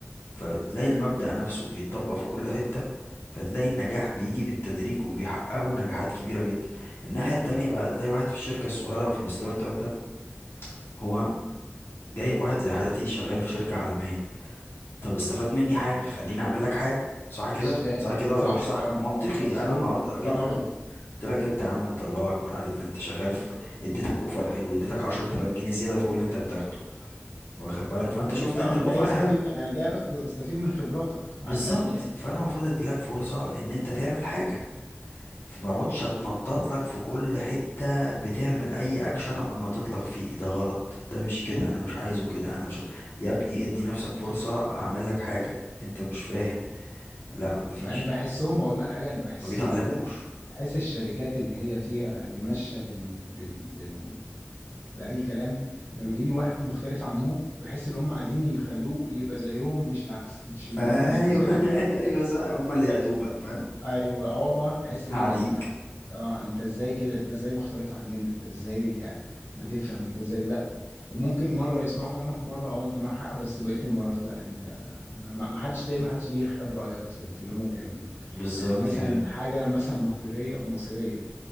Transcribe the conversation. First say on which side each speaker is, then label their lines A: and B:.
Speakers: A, on the left; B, on the left.
A: فتلاقي المبدأ نفسه بيتطبق في كل حتة فتلاقي النجاح بيجي بالتدريج وبيحققوا نجاحات كبيرة جدا الناحية التانية بقى تلاقي واحد في الشركة الصغيرة وفي الستارت اب ده هو جايب واحد زي حالتي شغال في شركة عالمية طب استفاد مني حاجة خليني اعمل لك حاجة صح كده
B: مش فاهم
A: صح كده ولا
B: صح
A: مش صح
B: طب المفروض
A: منطقي انا النهاردة جيت
B: طبعا
A: لك قلت قلت لك انت يا عم انت الله اكبر عليك ده انت شغال في اديتك اوفر حلو اديتك 10000 جنيه زيادة فوق اللي انت بتاخده واخد بالك فانت
B: أنا جاي
A: شفت
B: اه
A: ان الاوفر
B: جاي استفيد
A: حلو
B: من... انا جايبك استفيد من خبراتك
A: بالظبط
B: على الاقل يعني
A: فانا المفروض اديلك فرصه ان انت تعمل حاجه فما
B: مم.
A: اقعدش اتنطط لك في كل حته بتعمل اي اكشن اقوم ناطط لك فيه ده غلط ده مش كده انا مش عايزه كده انا مش ع- يا ابني ادي نفسك فرصه اعمل لك حاجه انت مش فاهم لا مفيش
B: انا بحسهم اقول لك حاجه انا بحس
A: ما بيتعلموش
B: ال... بحس الشركات اللي هي فيها اللي ماشيه بال... بال... بال... باي كلام لما بيجي واحد مختلف عنهم بحس ان هم عايزين يخلوه يبقى زيهم مش العكس مش يبقوا
A: ايوه
B: هم اللي يبقوا زيه
A: <laughs> ايوه صح هم اللي يعدوه بقى فاهم
B: ايوه اه والله بحس كده
A: هعديك
B: انت اه انت ازاي كده انت ازاي مختلف عننا انت ازاي آه، بتفهم انت ازاي لا وممكن مره يسمعوا كلامك مره اه انت معاك حق بس بقيه المرات لا انت ما ما- ما حدش تلاقي ما حدش جه خد رايك في ال- في اللي هم بيعملوه
A: بالظبط
B: يعني مثلا
A: كده
B: حاجه مثلا مصيريه مصيريه